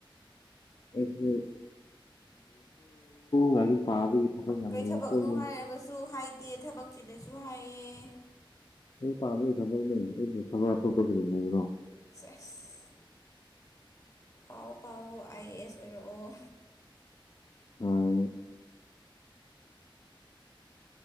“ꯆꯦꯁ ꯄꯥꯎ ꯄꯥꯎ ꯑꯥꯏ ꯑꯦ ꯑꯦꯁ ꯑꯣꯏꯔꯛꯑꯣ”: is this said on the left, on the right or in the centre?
Left